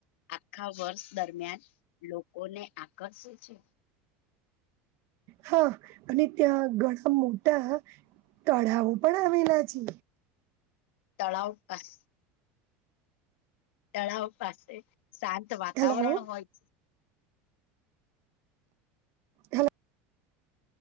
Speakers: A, on the left (about 85°); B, on the right (about 45°).
A: આખા વર્ષ દરમિયાન લો કો ને આકર્ષે છે
B: હા અને ત્યાં ઘણા મોટા તળાવો પણ આવેલા છે
A: તળાવ. <unintelligible> તળાવ પાસે શાંત વાતાવરણ
B: હેલો
A: હોય
B: હેલો